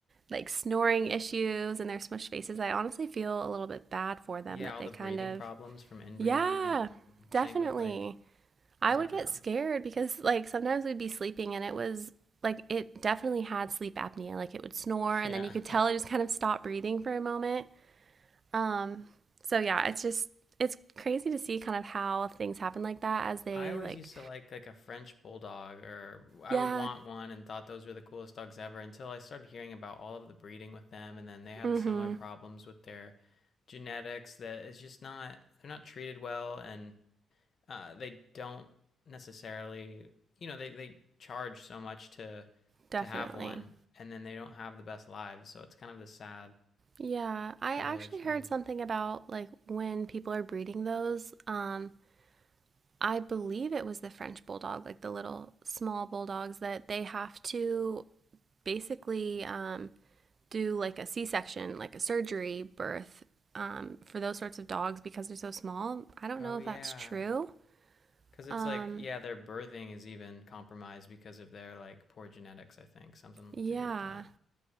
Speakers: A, on the right; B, on the left.
A: like snoring issues and their smushed faces. I honestly feel a little bit bad for them
B: Yeah,
A: that
B: all
A: they
B: the
A: kind
B: breathing
A: of,
B: problems from inbreeding
A: yeah,
B: and
A: definitely.
B: same with like
A: I
B: I
A: would
B: don't
A: get
B: know.
A: scared because like sometimes we'd be sleeping and it was like it definitely had sleep apnea. Like it would snore and
B: Yeah.
A: then you could tell
B: <laughs>
A: it just kind of stopped breathing for a moment. Um, so yeah, it's just it's crazy to see kind of how things happen like that as they
B: I always
A: like
B: used to like like a French bulldog or I
A: yeah,
B: would want one and thought those were the coolest dogs ever until I started hearing about all of the breeding with them and then they have
A: mm-hmm,
B: similar problems with their genetics that is just not they're not treated well and uh, they don't necessarily you know they, they charge so much to
A: definitely.
B: to have one and then they don't have the best lives so it's kind of the sad
A: Yeah, I
B: double-edged
A: actually
B: thing
A: heard something about like when people are breeding those. Um, I believe it was the French bulldog, like the little small bulldogs that they have to basically um, do like a C-section, like a surgery birth um, for those sorts of dogs because they're so small. I don't
B: oh
A: know if
B: yeah
A: that's true.
B: Because it's
A: Um,
B: like, yeah, their birthing is even compromised because of their like poor genetics, I think. Something
A: yeah.
B: to do with that.